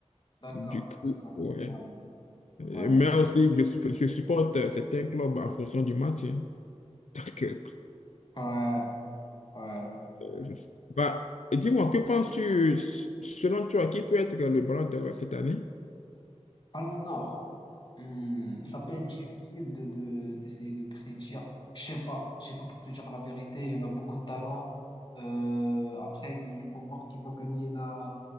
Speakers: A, on the left; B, on the left.
A: d'accord,
B: Du coup,
A: d'accord.
B: ouais.
A: Ouais,
B: Euh,
A: ouais,
B: Mais aussi, je, supp- je supporte euh, certains clubs en fonction du match. hein. Donc, euh,
A: ouais, ouais.
B: je- bah, dis-moi, que penses-tu, s- selon toi, qui peut être le ballon d'or euh, cette année?
A: Ballon d'or. Hmm, ça peut être difficile de, de, d'essayer de prédire. Je sais pas, je sais pas pour te dire la vérité. Il y en a beaucoup de talents. Euh, après, il faut voir qui va gagner la,